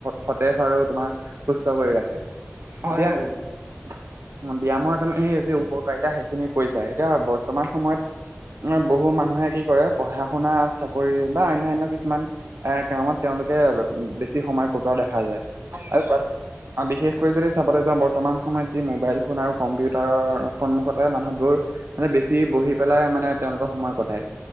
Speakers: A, on the right; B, on the right.
A: সতেজ আৰু তোমাৰ সুস্থ কৰি ৰাখে।
B: হয়
A: এতিয়া
B: হয়
A: উম, ব্যায়ামৰ তাৰমানে এই যে উপকাৰিতা সেইখিনি কৰিছা এতিয়া বৰ্তমান সময়ত উম, বহু মানুহে কি কৰে পঢ়া- শুনা চাকৰি কৰি বা অনান্যা কিছুমান এ কামত তেওঁলোকে বেছি সময় কটোৱা দেখা যায়।
B: হয় অ
A: আৰু তাত অ, বিশেষ কৰি যদি চাবলৈ যাওঁ বৰ্তমান সময়ত যি মোবাইল ফোন আৰু কম্পিউটাৰৰ সন্মুখতে অ, এই মানুহবোৰ মানে বেছি বহি পেলাই মানে তেওঁলোকৰ সময় কটায়